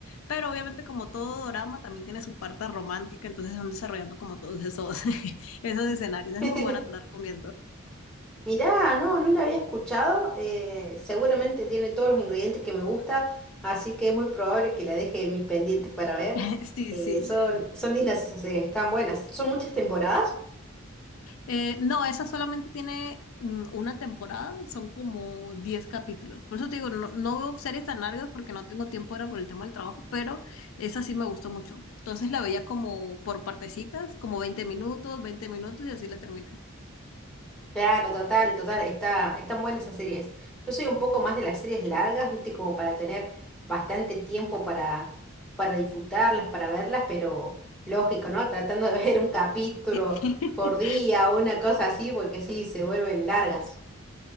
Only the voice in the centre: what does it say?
<laughs>
Mirá, no, no la había escuchado. eh, seguramente tiene todos los ingredientes que me gusta, así que es muy probable que la deje en mis pendientes para ver.
Eh,
son, son lindas esas series, están buenas. ¿Son muchas temporadas?
Claro, total, total, está, están buenas esas series. Yo soy un poco más de las series largas, viste, como para tener bastante tiempo para, para disfrutarlas, para verlas, pero lógico, ¿no? Tratando de ver un capítulo
por día o una cosa así, porque sí, se vuelven largas.